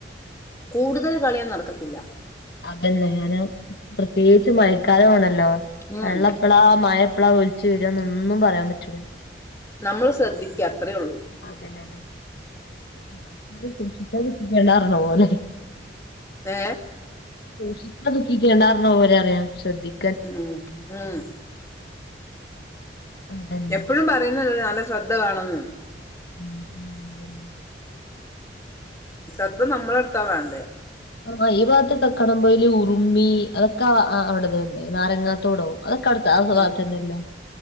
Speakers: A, on the left; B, on the left.
A: കൂടുതൽ കളിയൊന്നും നടക്കത്തില്ല.
B: അതന്നെ ഞാൻ പ്രത്യേകിച്ച്- മയക്കാലണല്ലോ
A: ഉം
B: വെള്ളപ്പള, മയപ്പെള, ശരിയാണ് ഒന്നും പറയാൻ പറ്റില്ല.
A: നമ്മള് ശ്രദ്ധിക്ക അത്രയേ ഉള്ളൂ.
B: അതന്നെ, അതന്നെ, സൂക്ഷിച്ച ദുഃഖി ക്കണ്ട പറഞ്ഞപോലെ.
A: ഏ...
B: സൂക്ഷിച്ച ദുഃഖിക്കേണ്ടാന്ന് പറഞ്ഞ പോലെ പറയാ, ശ്രദ്ധി-
A: ഉം.. ഉം..
B: അതന്നെ
A: എപ്പോഴും പറയുന്നത് നല്ല ശ്രദ്ധ വേണന്ന്.
B: <inaudible>
A: ശ്രദ്ധ നമ്മള എടുത്താ വേണ്ടേ.
B: ആ ഈ ഭാഗത്ത് കക്കാടം പോയില്, ഉറുമി, അതൊക്കെ അവിടെല്ലെ? നാരങ്ങാത്തോടോ, അത്കടുത്ത് ആ ഭാത്തന്നെല്ലേ,
A: ഉം